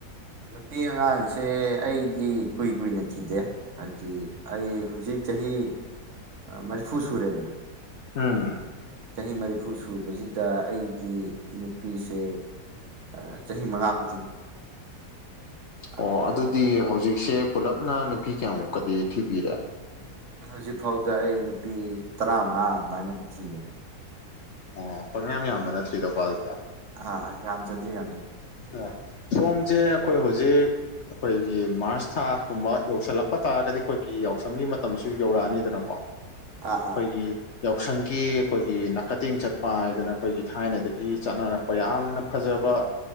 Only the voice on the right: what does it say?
ꯅꯨꯄꯤ ꯑꯉꯥꯡꯁꯦ ꯑꯩꯗꯤ ꯀꯨꯏ ꯀꯨꯏꯅ ꯊꯤꯗꯦ ꯍꯥꯏꯗꯤ ꯑꯩ ꯍꯧꯖꯤꯛ ꯆꯍꯤ ꯃꯔꯤꯐꯨ ꯁꯨꯔꯦꯗꯅ
ꯆꯍꯤ ꯃꯔꯤꯐꯨ ꯁꯨꯕꯁꯤꯗ ꯑꯩꯗꯤ ꯅꯨꯄꯤꯁꯦ ꯑꯥ ꯆꯍꯤ ꯃꯉꯥ ꯐ ꯑꯗꯨꯗꯨꯅ
ꯍꯧꯖꯤꯛ ꯐꯥꯎꯗ ꯑꯩ ꯅꯨꯄꯤ ꯇꯔꯥꯃꯉꯥ ꯑꯗꯨꯃꯥꯏꯅꯗꯤ ꯊꯤꯔꯦ
ꯑꯥ ꯑꯥ ꯌꯥꯝꯖꯗ꯭ꯔꯤ ꯌꯥꯝ
ꯑꯥ ꯑꯥ